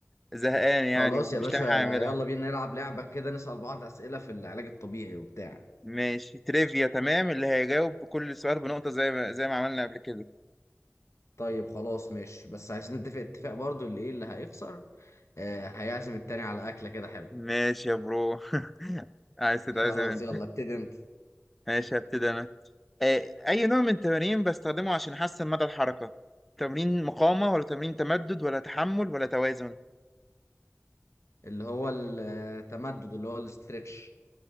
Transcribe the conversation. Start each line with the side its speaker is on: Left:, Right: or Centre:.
Centre: زهقان يعني
Left: خلاص
Centre: ومش
Left: يا باشا
Centre: لاقي حاجه يعملها
Left: يلا بينا نلعب لعبة كده نسأل بعض أسئلة في العلاج الطبيعي وبتاع
Centre: ماشي تريفيا تمام اللي هيجاوب بكل سؤال بنقطه زي ما زي ما عملنا قبل كده
Left: طيب خلاص ماشي بس عايزين نتفق اتفاق برضو اللي ايه اللي هيخسر آه هيعزم التاني على أكلة كده حلوة
Centre: ماشي يا برو <laughs> عايز تتعزم
Left: خلاص
Centre: انت
Left: يلا ابتدي انت
Centre: ماشي هبتدي انا آه اي نوع من التمارين بستخدمه عشان احسن مدى الحركه تمرين مقاومه ولا تمرين تمدد ولا تحمل ولا توازن
Left: اللي هو التمدد اللي هو الاسترتش